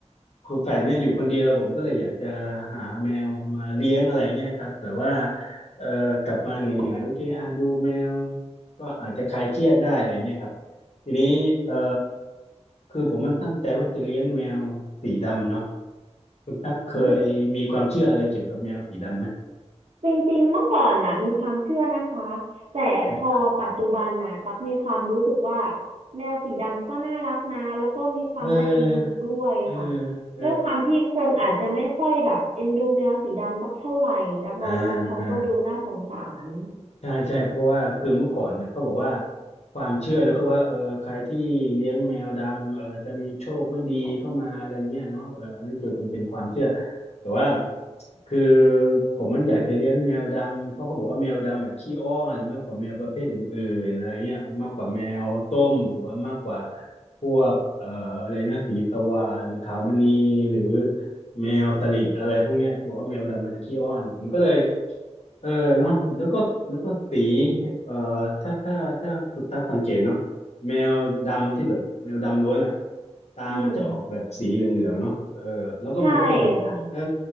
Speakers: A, on the left; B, on the right.
A: คือแฟลตเนี่ยอยู่คนเดียวผมก็เลยอยากจะหาแมวมาเลี้ยงอะไรเงี้ยครับแื่อว่าเอ่อกลับมาเหนื่อยๆโอเคอ่ะดูแมวก็อาจจะคลายเครียดได้อะไรเงี้ยครับทีนี้เอ่อคือผมมันตั้งใจว่าจะเลี้ยงแมวสีดำเนาะ คุณตั๊กเคยมีความเชื่ออะไรเกี่ยวกับแมวสีดำไหม
B: เอ้ย จริงๆเมื่อก่อนนะมีความเชื่อนะคะแต่พอปัจจุบันนะตักมีความรู้สึกว่า
A: แมวด
B: แมวสีดำก็น่ารักนะแล้วก็มีความน่าเอ็นดูด้วยค่ะ
A: ำเออเออเออ
B: ด้วยความที่คนอาจจะไม่ค่อยแบบเอ็นดูแมวสีดำสักเท่าไหร่ตักมองว่าเขาก็ดูน่าสงสาร
A: อ่าอ่า ใช่ใช่เพราะว่าคือเมื่อก่อนเนี่ยเขาบอกว่าความเชื่อแล้วก็ว่าเออใครที่เลี้ยงแมวดำเออจะมีโชคไม่ดีเข้ามาอะไรเงี้ยเนาะเออันนั่นคือมันเป็นความเชื่อแต่ว่าคือผมมันอยากจะเลี้ยงแมวดำเพราะเขาบอกว่าแมวดำอ่ะขี้อ้อนมากกว่าแมวประเภทอื่นๆอะไรเงี้ยมากกว่าแมวส้มหรือว่ามากกว่าพวกเอ่ออะไรนะสีสวาหรือขาวมณีหรือแมวสลิดอะไรพวกเนี้ยเขาบอกว่าแมวดำมันจะขี้อ้อนผมก็เลย เออเนาะแล้วก็แล้วก็สีเอ่อถ้าถ้าถ้าคุณตักสังเกตเนาะแมวดำที่แบบแมวดำล้วนอ่ะตามันจะออกแบบสีเหลืองๆเนาะเออแล้วก็มันก็จะแบบเออ
B: อืมใช่ค่ะ